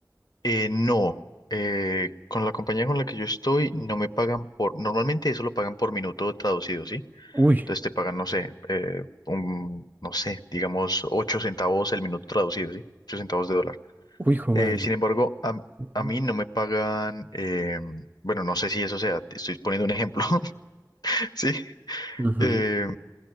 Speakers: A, on the left (about 70°); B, on the right (about 25°).
A: Eh, no. eh, con la compañía con la que yo estoy, no me pagan por, normalmente eso lo pagan por minuto traducido, ¿sí?
B: Uy,
A: Entonces te pagan, no sé, eh, un, no sé, digamos 8 centavos el minuto traducido, ¿sí? 8 centavos de dólar.
B: uy, hijo
A: Eh,
B: de madre.
A: sin embargo, a,
B: Ujú.
A: a mí no me pagan, eh, bueno, no sé si eso sea, te estoy poniendo un ejemplo, <laughs> ¿sí?
B: Ujú.
A: Eh,